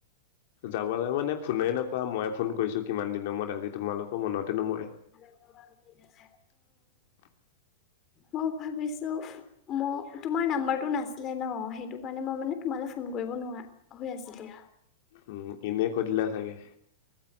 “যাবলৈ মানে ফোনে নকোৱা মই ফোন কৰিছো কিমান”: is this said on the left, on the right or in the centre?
Left